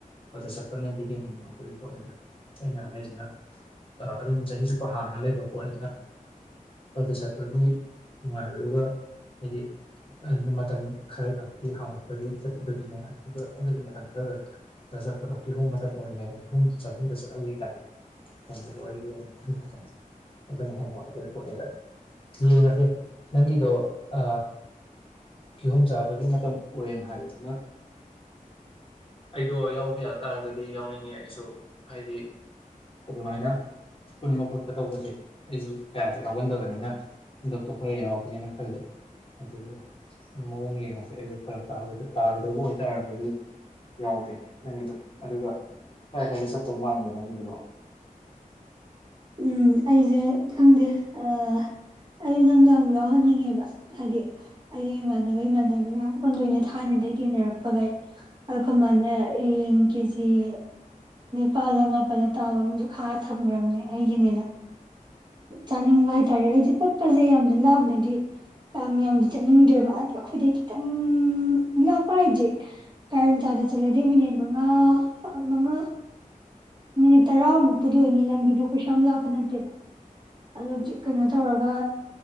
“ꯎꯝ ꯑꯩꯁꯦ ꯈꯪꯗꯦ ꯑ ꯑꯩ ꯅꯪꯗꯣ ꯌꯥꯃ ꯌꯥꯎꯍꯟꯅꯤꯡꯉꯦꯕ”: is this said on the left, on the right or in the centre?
Right